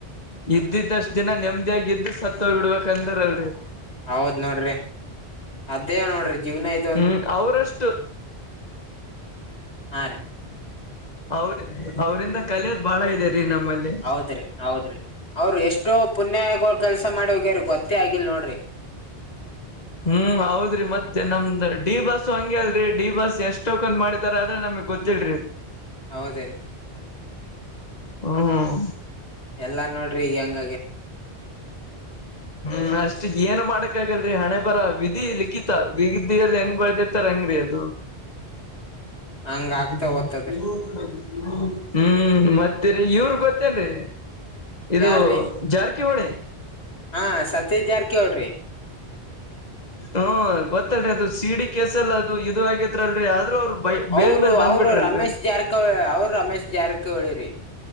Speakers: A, on the left; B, on the left.
A: ಇದ್ದಿದ್ದಷ್ಟ ದಿನ ನೆಮದಿಯಾಗ ಇದಿದ್ದು ಸತ್ತ ಹೋಗ್ ಬಿಡ್ಬೇಕ ಅಂದಾರಲ್ರಿ
B: ಹೌದ್ ನೋಡ್ರಿ ಅದೇ ನೋಡ್ರಿ ಜೀವ್ನ ಐತ್
A: ಹ್ಮ್ ಅವ್ರಷ್ಟು
B: ಆರೀ
A: ಅವ್ರ ಅವ್ರಂದ ಕಲಿಯೋದು ಬಾಳ ಇದೆ ರೀ ನಮ್ಮಲ್ಲಿ
B: ಹೌದ್ರಿ ಹೌದ್ರಿ ಅವ್ರ ಎಷ್ಟೋ ಪುಣ್ಯಗಳು ಕೆಲ್ಸ ಮಾಡಿ ಹೋಗ್ಯಾರ ಗೊತ್ತೇ ಆಗಿಲ್ ನೋಡ್ರಿ
A: ಹ್ಮ್ ಹೌದ್ರಿ ಮತ್ತೆ ನಮ್ದ್ ಡಿ ಬಾಸ್ ಹಂಗೆ ಅಲ್ರರಿ ಡಿ ಬಾಸ್ ಎಷ್ಟ್ ಟೋಕನ್ ಮಾಡಿದಾರ ಆದ್ರೆ ನಮಗ್ ಗೊತ್ತಿಲ್ರಿ
B: ಹೌದಿರೀ
A: ಹ್ಮ್
B: ಎಲ್ಲಾ ನೋಡ್ರಿ ಎಂಗ್ಆಗಯ್ತೆ
A: ಹ್ಮ ಹ್ಮ್ ಅಷ್ಟ್ ಏನ್ ಮಾಡಕ್ ಆಗಲ್ರರಿ ಹಣೆ ಬರ ವಿಧಿ ಲಿಖಿತ ವಿಧಿಯಲ್ಲಿ ಹೆಂಗ್ ಬಳದಿರ್ತಾರಂಗ್ರರಿ ಅದು
B: ಹಂಗ
A: <inaudible>
B: ಆಗ್ತಾ ಓದ್ತದ್ರಿ
A: ಹ್ಮ್ ಮತ್ತೇರಿ ಇವ್ರ ಗೊತ್ತೇನ್ರಿ ಇದು
B: ಯಾರ್ರೀ
A: ಜಾರಕಿಹೋಳಿ
B: ಹಾ ಸತೀಶ್ ಜಾರಕಿಹೊಳ್ರಿ
A: ಹ್ಮ ಗೊತ್ತಲ್ರಿ ಅದು ಸಿಡಿ ಕೇಸ್ ಅಲ್ಲಿ ಅದು ಇದು ಆಗೇತ್ಲ್ರಿ ಆದ್ರೂ ಅವ್ರು ಬೈ ಬೇಲ್
B: ಅವರು
A: ಮೇಲ್ ಬಂದ್ಬಿಟ್ರಲ್ರರಿ
B: ಅವರು ರಮೇಶ್ ಜಾರಕಿಹೋಳಿ ಅವ್ರು ರಮೇಶ್ ಜಾರಕಿಹೊಳಿ